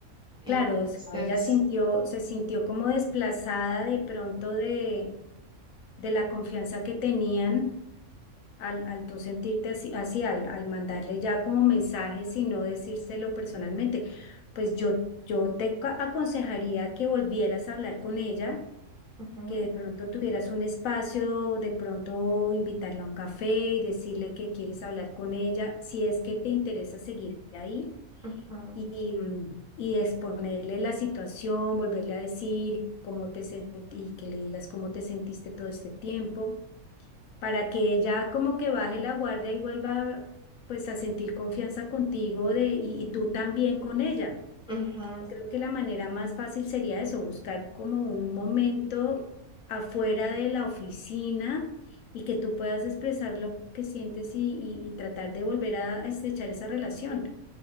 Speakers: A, in the centre; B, on the left.
A: Entonces,
B: Claro, o sea, ella sintió, se sintió como desplazada de pronto de, de la confianza que tenían al, al tú sentirte así, así al, al mandarle ya como mensajes y no decírselo personalmente, pues yo, yo te ca- aconsejaría que volvieras a hablar con ella,
A: ujú,
B: que de pronto tuvieras un espacio, de pronto invitarla a un café y decirle que quieres hablar con ella, si es que te interesa seguir ahí
A: ujú,
B: y, mm, y exponerle la situación, volverle a decir cómo te sentí y que le digas cómo te sentiste todo este tiempo para que ella como que baje la guardia y vuelva pues a sentir confianza contigo de, y, y tú también con ella.
A: ujú,
B: Creo que la manera más fácil sería eso, buscar como un momento afuera de la oficina y que tú puedas expresar lo que sientes y, y- y tratar de volver a a estrechar esa relación.